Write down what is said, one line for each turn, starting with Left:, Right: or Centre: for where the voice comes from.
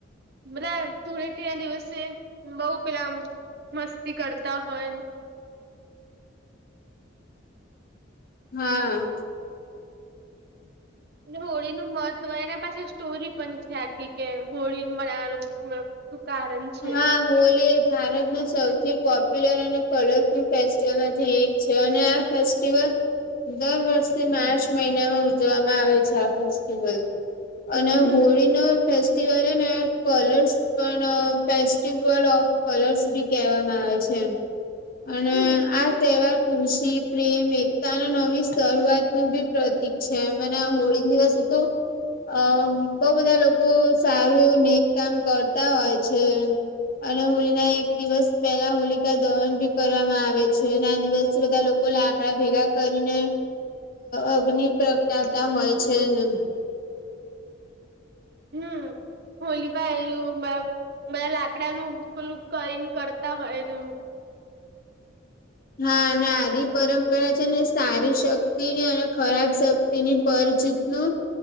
Right: મતલબ ધૂળેટી ના દિવસે બહું પેલામ મસ્તી કરતા હોય
Left: હમ
Right: એટલે હોળીનું મહત્વ એના પાછળ સ્ટોરી પણ છે આખી કે હોળી મળવાનું શું કારણ છે.
Left: હા હોલી એ ભારતના સૌથી પોપ્યુલર અને કલરફુલ ફેસ્ટિવલમાંથી એક છે અને આ ફે ફેસ્ટિવલ દર વર્ષે માર્ચ મહિનામાં ઉજવવામાં આવે છે આ ફેસ્ટિવલ અને
Right: હમ
Left: હોળી ન ફેસ્ટિવલ હ ને કલર્સ પણ ફેસ્ટિવલ ઓફ કલર્સ બી કહેવામાં આવે છે એમ અને
Right: હમ
Left: આ તહેવાર ખુશી પ્રેમ એકતા અને નવી શરૂઆત નું બી પ્રતિક છે મને આ હોળી દિવસ તો અ બહુ બધા લોકો સારું એવું નેક કામ કરતા હોય છે. અને હોલી ના એક દિવસ પહેલા હોલિકા દહન ભી કરવામાં આવે છે અને આ દિવસે બધા લોકો તો લાકડા ભેગા કરીને અગ્નનિ પ્રગટાતા હોય છેને
Right: હમ હોલીમાં એયું બધા લાકડાનું પેલું કરીને કરતા હોય એ
Left: હા અને સારી પરંપરા છે ને સારી શક્તિ ને અને ખરાબ શ તેની પર જીતનું